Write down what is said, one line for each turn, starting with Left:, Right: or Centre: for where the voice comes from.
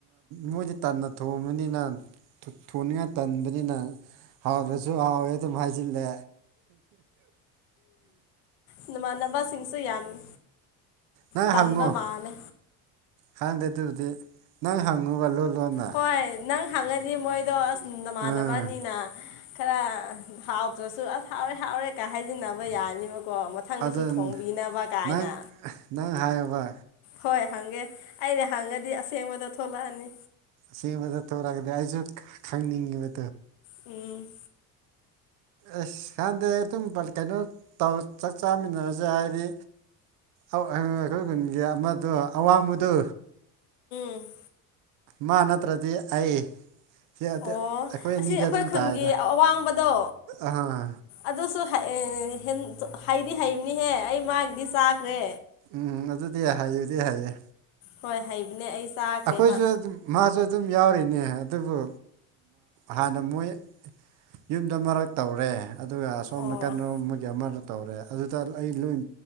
Right: ꯃꯣꯏꯁꯦ ꯇꯟꯅ ꯊꯣꯡꯕꯅꯤꯅ ꯊꯨꯅꯤꯡꯉꯥꯏ ꯇꯟꯕꯅꯤꯅ ꯍꯥꯎ ꯔꯖꯨ ꯍꯥꯎꯇ ꯃꯥꯏꯁꯤꯂꯦ
Left: ꯎꯝ ꯃꯅꯕꯁꯤꯡꯁꯨ ꯌꯥꯝꯃꯤ
Right: ꯅꯪ
Left: ꯄꯕ
Right: ꯍꯪꯉꯣ
Left: ꯃꯥꯅꯦ
Right: ꯈꯪꯗꯦ ꯑꯗꯨꯕꯨꯗꯤ ꯅꯪ ꯍꯪꯉꯨꯕ ꯂꯣ ꯂꯣꯟꯅ
Left: ꯍꯣꯏ ꯅꯪ ꯍꯪꯉꯗꯤ ꯃꯣꯏꯗꯣ ꯑꯁ ꯅꯃꯥꯟꯅꯕꯅꯤꯅ
Right: ꯎꯝ
Left: ꯈꯔ ꯍꯥꯎꯇ꯭ꯔꯁꯨ ꯑꯁ ꯍꯥꯎꯔꯦ ꯍꯥꯎꯔꯦ ꯀ ꯍꯥꯏꯖꯤꯟꯅꯕ ꯌꯥꯅꯤꯕ ꯀꯣ ꯃꯊꯪꯗꯁꯨ
Right: ꯑꯗꯨ
Left: ꯊꯣꯡꯕꯤꯅꯕ ꯀꯥꯏꯅ
Right: ꯅꯪ ꯅꯪ ꯍꯥꯏꯌꯣꯕ
Left: ꯍꯣꯏ ꯍꯪꯒꯦ ꯑꯩꯅ ꯍꯪꯉꯗꯤ ꯑꯁꯦꯡꯕꯗ ꯊꯣꯛꯂꯛꯑꯅꯤ
Right: ꯁꯤꯁ ꯊꯔꯁꯨ ꯈꯪꯅꯤꯡꯦ ꯃ
Left: ꯎꯝ
Right: ꯑꯁ ꯍꯥꯟꯗꯦ ꯑꯗꯨꯝ ꯀꯩꯅꯣ ꯇꯧ ꯆꯥꯛ ꯆꯥꯃꯤꯟꯅꯕꯁꯦ ꯍꯥꯏꯗꯤ ꯑꯩꯈꯣꯏ ꯈꯨꯟꯒꯤ ꯑꯃꯗꯣ ꯑꯋꯥꯡꯕꯗꯨ
Left: ꯎꯝ
Right: ꯃꯥ ꯅꯠꯇ꯭ꯔꯗꯤ ꯑꯩ ꯁꯤ ꯑꯩꯈꯣꯏ
Left: ꯑꯣ ꯑꯁꯤ
Right: ꯑꯅꯤꯗ
Left: ꯑꯩꯈꯣꯏ
Right: ꯑꯗꯨꯝ
Left: ꯈꯨꯟꯒꯤ
Right: ꯇꯥꯏꯗ
Left: ꯑꯋꯥꯡꯕꯗꯣ
Right: ꯑꯥ
Left: ꯑꯗꯨꯁꯨ ꯑꯦ ꯍꯦꯟ ꯍꯗꯤ ꯍꯥꯏꯩꯅꯤ ꯍꯦ ꯑꯩ ꯃꯒꯤꯗꯤ ꯆꯈ꯭ꯔꯦ
Right: ꯎꯝ ꯑꯗꯨꯗꯤ ꯍꯩꯕꯗꯤ ꯍꯩꯌꯦ
Left: ꯍꯣꯏ ꯍꯥꯏꯕꯅꯦ ꯑꯩ ꯆꯥꯈ꯭ꯔꯦꯕ
Right: ꯑꯩꯈꯣꯏꯁꯨ ꯑꯗꯨꯝ ꯃꯥꯁꯨ ꯑꯗꯨꯝ ꯌꯥꯎꯔꯤ ꯅꯦ ꯑꯗꯨꯕꯨ ꯍꯥꯟꯅ ꯃꯣꯏ ꯌꯨꯝꯗ ꯃꯔꯛ ꯇꯧꯔꯦ ꯑꯗꯨꯒ ꯑꯁꯣꯝ
Left: ꯑꯣ
Right: ꯅꯥ ꯀꯅꯥꯨꯝ ꯑꯃꯒꯤꯒꯤ ꯑꯃ ꯇꯧꯔꯦ ꯑꯗꯨꯗ ꯑꯩ ꯂꯣꯏ